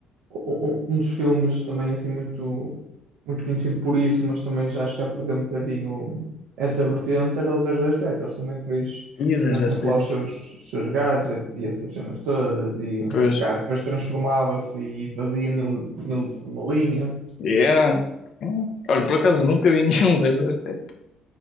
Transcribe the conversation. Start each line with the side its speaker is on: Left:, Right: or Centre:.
Right: o- o- Um dos filmes também assim muito, muito conhecido por isso, mas também já, já perdeu um bocadinho essa vertente, era o zero zero sete Eles também depois
Left: Isso, 007.
Right: tinham sempre lá os seus, os seus gadgets e essas cenas todas, e o
Left: Pois.
Right: carro depois transformava-se e fazia mil, mil por uma linha.
Left: Yeah. Yeah. Olha, por acaso nunca vi <laughs> nenhum 007.